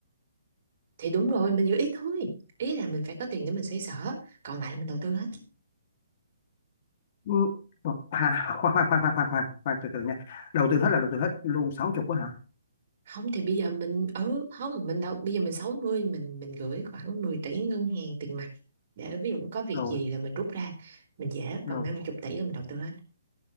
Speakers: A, on the right; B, on the left.
A: thì đúng rồi mình giữ ít thôi ý là mình phải có tiền để mình xoay sở còn lại là mình đầu tư hết
B: Ừ, à, <laughs> khoan khoan khoan khoan khoan khoan khoan từ từ nha đầu tư hết là đầu tư hết luôn sáu chục quá hả
A: không thì bây giờ mình ừ không mình đâu bây giờ mình 60 mình mình gửi khoảng 10 tỷ ngân hàng tiền mặt để ví dụ có việc
B: rồi
A: gì là mình rút ra mình dễ còn
B: rồi
A: 50 tỷ là mình đầu tư hết